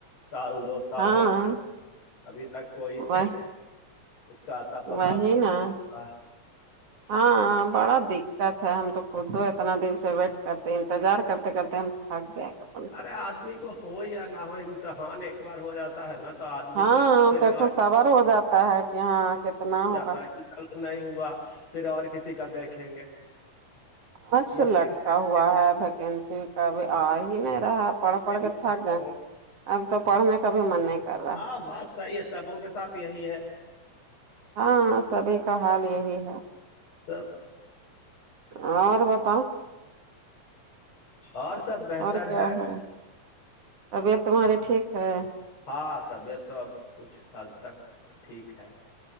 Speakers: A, on the left; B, on the right.
A: سال دو سال
B: ہاں
A: ہو گیا ابھی تک کوئی
B: وہ
A: اس کا اتا پتاہ
B: وہی
A: بھی نہیں
B: نا
A: ہوا ہے
B: <inaudible> ہاں بڑا دقت ہے ہم تو خود اتنا دن سے ویٹ کرتے انتظار کرتے کرتے ہم ہ ب <unintelligible>
A: ارے آدمی کو ہو یا نہ ہو امتحان ایک بار ہو جاتا ہے نا تو آدمی
B: ہاں
A: پھر
B: تو ایکٹو
A: آج
B: صبر ہو جاتا ہے کہ ہاں کتنا
A: جاتا
B: ہوگا
A: ہے ل نہیں ہوا پھر اور کسی کا دیکھیں گے
B: بس
A: یا پھر
B: لٹکا
A: سے
B: ہوا
A: کیسی
B: ہے ویکینسی کاب آ ہی نہیں رہا ہے پڑھ
A: سے
B: پڑھ
A: امتحان
B: کے تھک جائ
A: ہو
B: اب تو پڑھنے کا بھی من نہیں کر رہا
A: ہاں بات صحیح ہے سبھ کے ساتھ یہی ہے
B: ہاں سبھی کا حال یہی ہے
A: تو
B: اور بتاؤ
A: اور سب بہتر
B: اور کیا
A: ہے
B: ہو رہا طبیعت تمہاری ٹھیک ہے
A: ہاں طبیعت تو اب کچھ حد تک ٹھیک ہے